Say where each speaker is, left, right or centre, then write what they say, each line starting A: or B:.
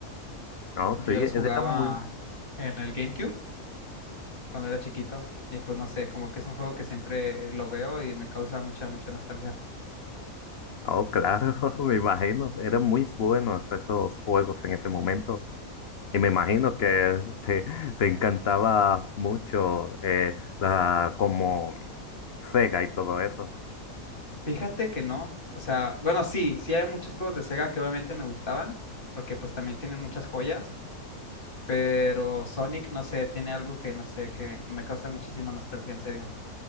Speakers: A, on the left; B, on the left.
A: <laughs> no,
B: Yo
A: sí,
B: los jugaba
A: era muy...
B: en el GameCube cuando era chiquito. Y pues no sé, como que es un juego que siempre lo veo y me causa mucha, mucha nostalgia.
A: Oh, claro, <laughs> me imagino, eran muy buenos esos juegos en ese momento. Y me imagino que te, te encantaba mucho eh, la, como Sega y todo eso.
B: Fíjate que no. O sea, bueno, sí, sí hay muchos juegos de Sega que obviamente me gustaban, porque pues también tienen muchas joyas, pero Sonic, no sé, tiene algo que, no sé, que, que me causa muchísima nostalgia, en serio.